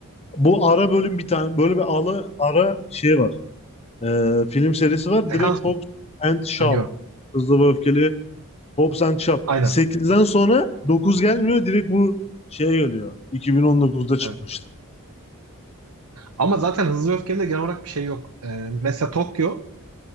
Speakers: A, on the left; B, on the right.
A: Bu ara bölüm bir tane böyle bir ala, ara şey var. Ee, film serisi var.
B: sekans
A: Direkt Hobbs
B: mı?
A: and Shaw.
B: Ha, yok.
A: Hızlı ve Öfkeli Hobbs and Shaw.
B: Aynen.
A: Sekizden sonra 9 gelmiyor. Direkt bu şeye geliyor. 2019'da çıkmıştı.
B: Evet. Ama zaten Hızlı Öfke'de de genel olarak bir şey yok. Ee, mesela Tokyo